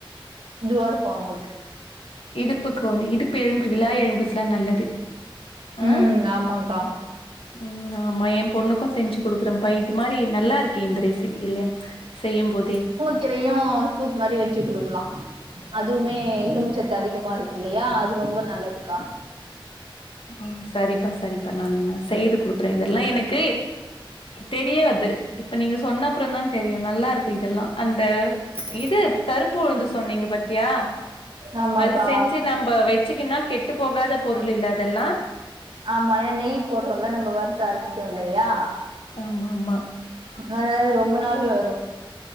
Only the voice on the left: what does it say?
இடுப்புக்கு வந்து இடுப்பு எலும்பு விலா எலும்புக்லா நல்லது
ஆ
ம் ஆமா எ பொண்ணுக்கு செஞ்சு குடுக்குறேம் பா இது மாரி நல்லா இருக்கே இந்த ரெசி இல்யா செய்யும் போதே
ம்‌ சரிப்பா சரிப்பா நானுன்ன செய்து குடுக்குறே இதெல்லா எனக்கு தெரியாது இப்ப நீங்க சொன்னப்றொந்தா தெரியு நல்லாருக்கு இதெல்லா அந்த இது கருப்பு உளுந்து சொன்னீங்க பாத்தியா
அது செஞ்சு நம்ப வச்சுக்கின்னா கெட்டு போகாத பொருள் இல்ல அதெல்லா
ஆமாமா